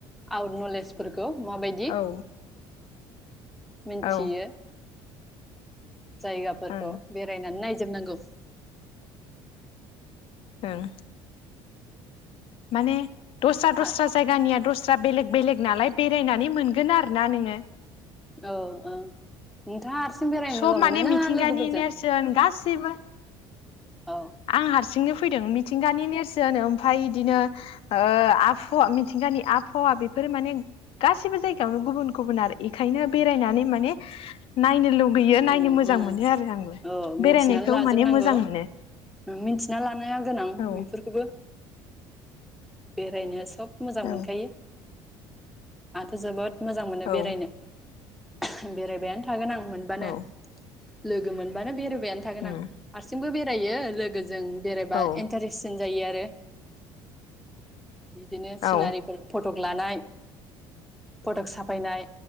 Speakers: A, in the centre; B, on the left.
A: आउट नलेजफोर गौ माबायदि
B: औ
A: मिनथियो।
B: औ
A: जायगाफोरखौ
B: ओं
A: बेरायनानै नाय जोबनांगौ।
B: ओं माने। दस्रा-दस्रा
A: आ
B: जायगानिया दस। <unintelligible> बेलेग-बेलेग नालाय बेरायनानै मोनगोन आरोना नोङो।
A: औ औ नोंथाङा हारसिं बेरायनो
B: सब
A: मोजां
B: माने
A: मोनोना
B: मिथिंगानि
A: लोगोफोरजों।
B: नेरसोन गासिबो
A: औ
B: आं हारसिंनो फैदों मिथिंगानि नेरसोन ओमफ इदिनो ओ आबफवा मिथिंगानि आबहावा बेफोर माने गासिबो जायगायावनो गुबुन-गुबुन आरो इखायनो बेरायनानै माने नायनो लु गैयो नायनो
A: उम
B: मोजां
A: उम
B: मोनो आरो आंबो
A: औ मिथिनानै
B: बेरायनायखौ
A: लाजोबनांगौ
B: माने मोजां मोनो।
A: मिथिना लानाया गोनां
B: औ
A: बेफोरखौबो। बेरायनो सब। मोजां
B: औ
A: मोनखायो। आंथ जोबोद। मोजां मोनो
B: औ
A: बेरायनो। <unintelligible> बेरायबायानो थागोन आं। मोनबानो।
B: औ
A: लोगो मोनबानो <unintelligible> <unintelligible> थागोन
B: उम
A: आं हारसिंबो बेर जायो लोगोजों। बेरायबा
B: औ
A: इन्टारेसिन। जायो आरो। बिदिनो सिनारिफोर
B: औ
A: फट। फटक लानाय फटक साफायनाय।